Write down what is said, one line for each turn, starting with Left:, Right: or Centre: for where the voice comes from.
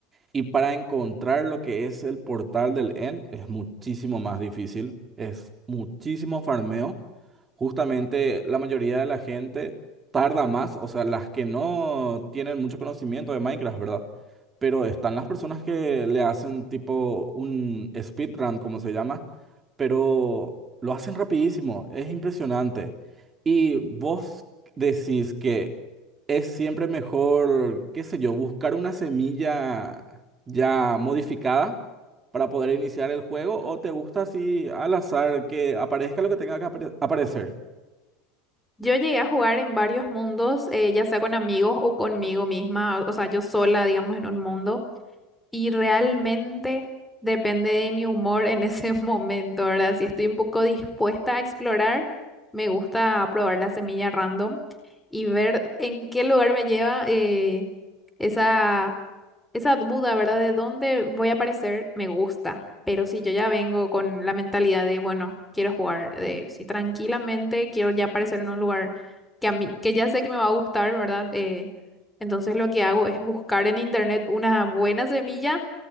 Right: Y para encontrar lo que es el portal del end es muchísimo más difícil, es muchísimo farmeo. Justamente la mayoría de la gente tarda más, o sea, las que no tienen mucho conocimiento de Minecraft, ¿verdad? Pero están las personas que le hacen tipo un speedrun, como se llama, pero lo hacen rapidísimo, es impresionante. Y vos decís que es siempre mejor, qué sé yo, buscar una semilla ya modificada para poder iniciar el juego o te gusta así al azar que aparezca lo que tenga que apare- aparecer?
Centre: Yo llegué a jugar en varios mundos, eh, ya sea con amigos o conmigo misma, o sea, yo sola, digamos, en un mundo. Y realmente depende de mi humor en ese <laughs> momento, ¿verdad? Si estoy un poco dispuesta a explorar, me gusta probar la semilla random y ver en qué lugar me lleva eh, esa, esa duda, ¿verdad? De dónde voy a aparecer, me gusta. Pero si yo ya vengo con la mentalidad de, bueno, quiero jugar, de si tranquilamente quiero ya aparecer en un lugar que a mí, que ya sé que me va a gustar, ¿verdad? Eh, entonces lo que hago es buscar en internet una buena semilla,